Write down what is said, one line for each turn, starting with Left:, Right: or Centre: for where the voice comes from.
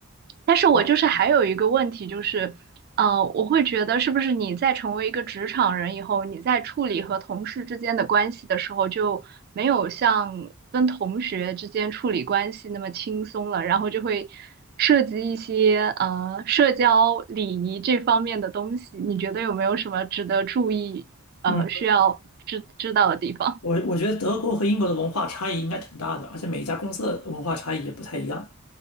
Right: 但是我就是还有一个问题，
Left: 好，
Right: 就是，呃，我会觉得是不是你在成为一个职场人以后，你在处理和同事之间的关系的时候，就没有像跟同学之间处理关系那么轻松了，然后就会涉及一些呃社交礼仪这方面的东西，你觉得有没有什么值得注意，呃，
Left: 嗯。
Right: 需要知知道的地方？
Left: 我我觉得德国和英国的文化差异应该挺大的，而且每一家公司的文化差异也不太一样。